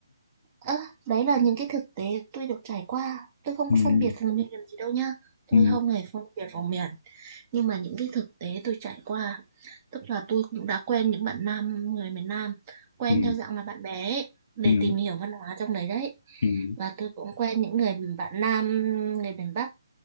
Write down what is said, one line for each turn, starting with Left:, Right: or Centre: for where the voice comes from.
Right: Ơ, đấy là những cái thực tế tôi được trải qua. Tôi không
Left: ừ
Right: có phân biệt vùng miền gì đâu nha. Tôi
Left: ừ
Right: không hề phân biệt vùng miền. Nhưng mà những cái thực tế tôi trải qua, tức là tôi cũng đã quen những bạn nam, người miền Nam, quen
Left: ừ
Right: theo dạng là bạn bè ấy, để
Left: ừ
Right: tìm hiểu văn hóa trong đấy đấy.
Left: ừ
Right: Và tôi cũng quen những người bạn nam, người miền Bắc,